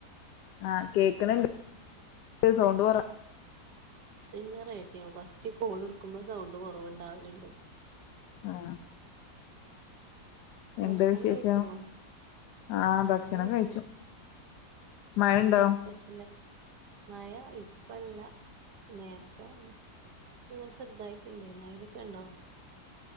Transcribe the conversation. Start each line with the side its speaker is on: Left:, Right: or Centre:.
Left: ആഹ് കേക്ക്ണ് ണ്ട് സൗണ്ട് കൊറ
Right: അത് ഞ് റെഡ്യാവും ഫസ്റ്റ് കോള്‌ട്ക്കുമ്പോ സൗണ്ട് കുറവ്ണ്ടാവല്ണ്ട്.
Left: ആഹ്
Right: ഭക്ഷണം
Left: എന്താ വിശേഷം
Right: കഴിച്ചോ?
Left: ആഹ്
Right: നല്ല
Left: ഭക്ഷണം
Right: വിശേഷ്
Left: കഴിച്ചു മഴണ്ടോ
Right: എന്താ സ്പെഷ്യല്? മയ ഇപ്പല്ല നേരത്തെ ഉം ഇങ്ങനെ ചെർതായിട്ട് ണ്ടേനി അയ്ലൊക്കെണ്ടോ?